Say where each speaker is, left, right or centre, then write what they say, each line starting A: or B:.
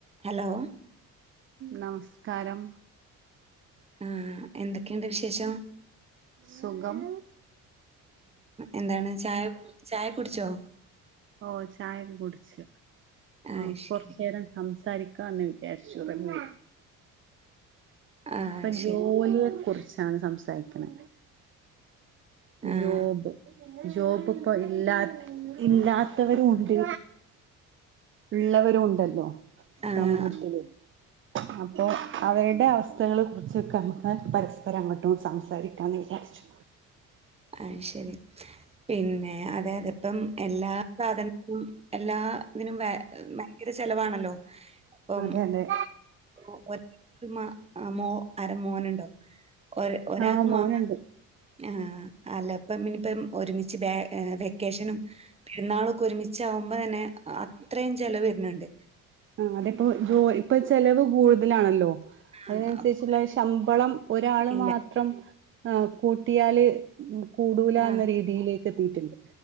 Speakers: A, on the right (about 15°); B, on the right (about 35°).
A: Hello
B: നമസ്കാരം
A: ആ എന്തൊക്കെയുണ്ട് വിശേഷം
B: സുഖം
A: എന്താണ് ചായ ചായകുടിച്ചോ
B: ഓ ചായൊക്കെ കുടിച്ചു നമുക്ക്
A: ആഹ്
B: കൊറച്ചേരം
A: ശരി
B: സംസാരിക്കാ എന്നു വിചാരിച്ചുറങ്ങി
A: ആഹ്
B: ഇപ്പൊ ജോലിയെക്കുറിച്ചാണ്
A: ശരി
B: സംസാരിക്കണേ
A: ആഹ്
B: ജോബ് ജോബിപ്പൊ ഇല്ലാ ഇല്ലാത്തവരും ഉണ്ട് ഉള്ളവരും ഉണ്ടല്ലോ
A: ആഹ്
B: സമൂഹത്തില് അപ്പോ അവരുടെ അവസ്ഥകളെ കുറിച്ചൊക്കെ നമ്മുക്ക് പരസ്പരം അങ്ങോട്ടും സംസാരിക്കാന്ന് വിചാരിച്ചു
A: അയ്ശെരി പിന്നെ അതായതിപ്പം എല്ലാ സാധനത്തിലും എല്ലാ ഇതിനും വൈ ഭയങ്കരചെലവാണല്ലോ ഇപ്പം
B: അതെ അതെ
A: ഒ മ മോ ആരാ മോനുണ്ടോ ഒര് ഒരാൾക്ക്
B: ആ മോനുണ്ട്
A: മാ ആ അല്ലപ്പാ ഇനിപ്പം ഒരുമിച്ച് ബേ വെക്കേഷനും പെരുന്നാളൊക്കെ ഒരുമിച്ചാവുമ്പോതന്നെ അത്രയും ചെലവ് വരണൊണ്ട്
B: ആ അതപ്പോ ജോ ഇപ്പൊ ചെലവ് കൂടുതലാണല്ലോ
A: ആഹ്
B: അതിനനുസരിച്ചുള്ള
A: അപ്പൊ
B: ശമ്പളം ഒരാളുമാത്രം
A: ഇല്ല
B: ആ കൂട്ടിയാല് കൂടൂലാ
A: ആ
B: എന്നരീതിയിലേക്ക് എത്തിയിട്ടുണ്ട്